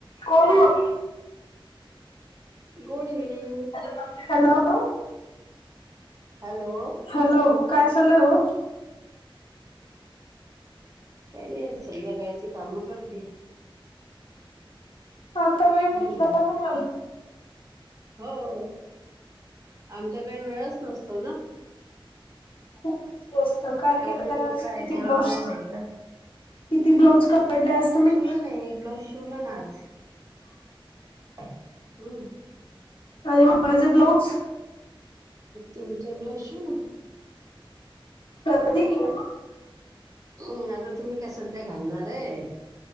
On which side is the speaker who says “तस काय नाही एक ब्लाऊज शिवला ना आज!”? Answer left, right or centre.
Right